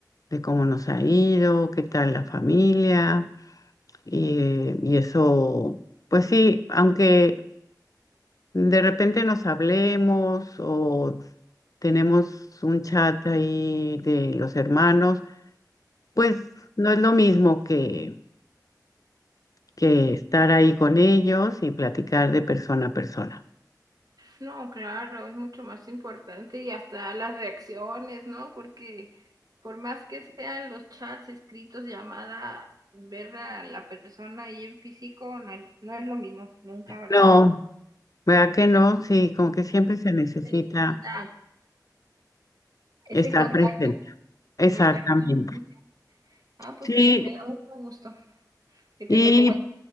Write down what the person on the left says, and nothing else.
de cómo nos ha ido, qué tal la familia. Y, eh, y eso, pues sí, aunque de repente nos hablemos o tenemos un chat ahí de los hermanos, pues no es lo mismo que, que estar ahí con ellos y platicar de persona a persona.
No, ¿Verdad que no? Sí, como que siempre se necesita
estar
presente. Exactamente.
Sí,
y